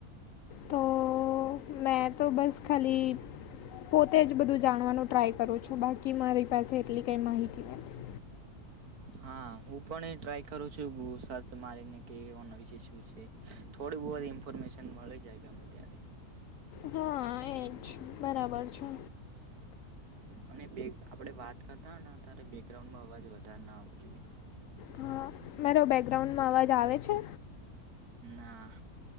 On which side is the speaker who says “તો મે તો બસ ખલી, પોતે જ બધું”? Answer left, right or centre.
Left